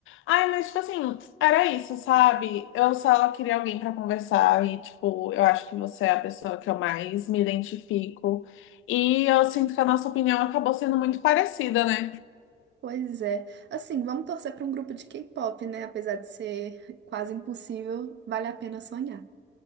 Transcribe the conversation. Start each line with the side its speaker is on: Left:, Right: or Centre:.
Left: Ai, mas tipo assim, era isso, sabe? Eu só queria alguém para conversar e, tipo, eu acho que você é a pessoa que eu mais me identifico. E eu sinto que a nossa opinião acabou sendo muito parecida, né?
Right: Pois é. Assim, vamos torcer para um grupo de K-pop, né? Apesar de ser quase impossível, vale a pena sonhar.